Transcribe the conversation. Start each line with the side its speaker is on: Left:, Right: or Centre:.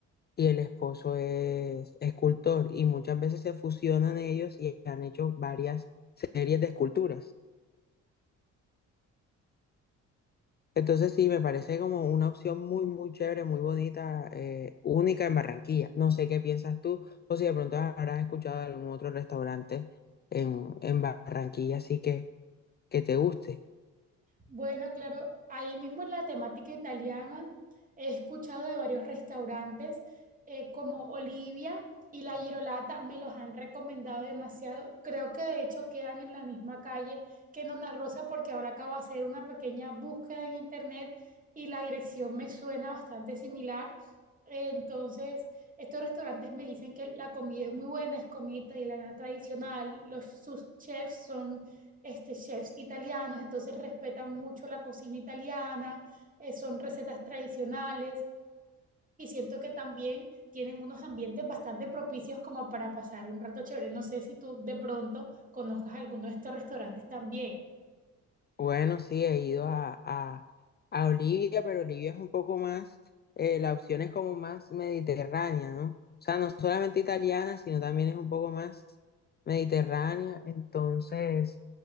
Left: y el esposo es escultor y muchas veces se fusionan ellos y han hecho varias series de esculturas. Entonces sí, me parece como una opción muy, muy chévere, muy bonita, eh, única en Barranquilla. No sé qué piensas tú o si de pronto habrás escuchado de algún otro restaurante en, en Barranquilla, así que que te guste.
Right: Bueno, claro, ahí mismo en la temática italiana he escuchado de varios restaurantes eh, como Olivia y La Girolata, me los han recomendado demasiado. Creo que de hecho quedan en la misma calle que Nona Rosa porque ahora acabo de hacer una pequeña búsqueda en internet y la dirección me suena bastante similar. Entonces, estos restaurantes me dicen que la comida es muy buena, es comida italiana tradicional, los, sus chefs son este, chefs italianos, entonces respetan mucho la cocina italiana, eh, son recetas tradicionales y siento que también tienen unos ambientes bastante propicios como para pasar un rato chévere. No sé si tú de pronto conozcas alguno de estos restaurantes también.
Left: Bueno, sí, he ido a, a, a Olivia, pero Olivia es un poco más, eh, la opción es como más mediterránea, ¿no? O sea, no solamente italiana, sino también es un poco más mediterránea. Entonces,